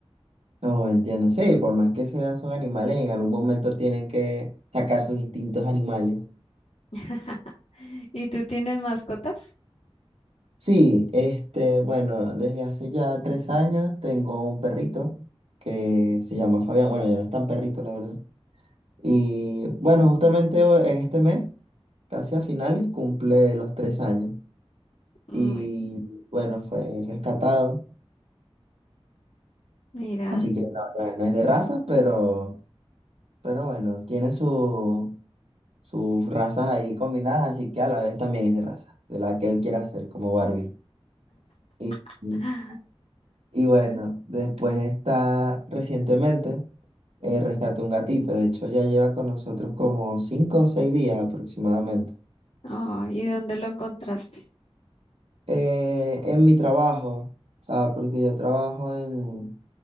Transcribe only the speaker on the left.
<laughs> ¿Y tú tienes mascotas?
Uy,
mira.
<gasps>
Ay, ¿y dónde lo encontraste?